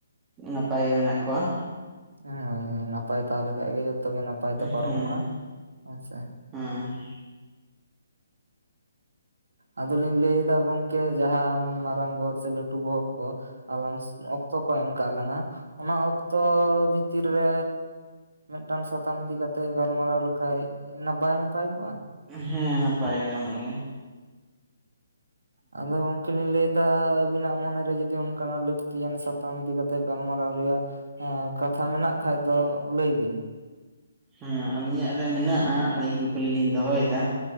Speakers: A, on the right (about 15°); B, on the right (about 80°).
A: ᱱᱟᱯᱟᱭ ᱜᱮ ᱢᱮᱱᱟᱜ ᱠᱚᱣᱟ᱾
B: ᱦᱳᱭ ᱦᱳᱭ ᱱᱟᱯᱟᱭ ᱛᱟᱦᱮ ᱞᱮᱠᱷᱟᱭ ᱜᱮ ᱡᱚᱛᱚ‌ ᱜᱮ ᱱᱟᱯᱟᱭ ᱛᱮ ᱯᱟᱨᱚᱢᱚᱜᱼᱟ
A: ᱦᱮᱸ
B: ᱦᱮᱸᱥᱮ᱾
A: ᱦᱮᱸ
B: ᱟᱫᱚᱞᱤᱧ ᱞᱟᱹᱭ ᱮᱫᱟ ᱜᱚᱝᱠᱮ ᱡᱟᱦᱟᱸ ᱢᱟᱨᱟᱝ ᱵᱚᱦᱚᱜ ᱥᱮ ᱞᱟᱹᱴᱩ ᱵᱚᱦᱚᱜ ᱠᱚ ᱟᱞᱟᱝᱥ ᱚᱠᱛᱚ ᱠᱚ ᱮᱢ ᱠᱟᱜ ᱞᱟᱝ-ᱟ ᱚᱱᱟ ᱚᱠᱛᱚ ᱵᱷᱤᱛᱤᱨ ᱨᱮ ᱢᱤᱫᱴᱟᱝ ᱥᱟᱛᱟᱢ ᱤᱫᱤ ᱠᱟᱛᱮ ᱜᱟᱞᱢᱟᱨᱟᱣ ᱞᱮᱠᱷᱟᱭ ᱚᱱᱟ ᱵᱟᱭ ᱱᱟᱯᱟᱭ ᱠᱚᱜᱼᱟ᱾
A: ᱦᱮᱸ ᱱᱟᱯᱟᱭ ᱜᱮ ᱚᱱᱟ ᱜᱮ᱾
B: ᱚᱸ ᱟᱫᱚ <unintelligible> ᱠᱮ ᱞᱤᱞ ᱞᱟᱹᱭᱫᱟ ᱟᱵᱤᱱᱟᱜ ᱢᱚᱱᱮᱨᱮ ᱡᱩᱫᱤ ᱚᱱᱠᱟᱱᱟᱜ ᱞᱟᱹᱠᱛᱤᱭᱟᱱ ᱥᱟᱛᱟᱢ ᱤᱫᱤ ᱠᱟᱛᱮᱜ ᱜᱟᱞᱢᱟᱨᱟᱣ ᱨᱮᱭᱟᱜ ᱦᱚᱸ ᱠᱟᱛᱷᱟ ᱢᱮᱱᱟᱜ ᱠᱷᱟᱡ ᱫᱚ ᱞᱟᱹᱭ ᱵᱤᱱ᱾
A: ᱦᱮᱸ ᱟᱹᱞᱤᱧᱟᱜ ᱨᱮ ᱢᱮᱱᱟᱜᱼᱟ ᱟᱹᱞᱤᱧ ᱠᱩᱠᱞᱤ ᱞᱤᱧ ᱫᱚᱦᱚᱭᱮᱫᱟ?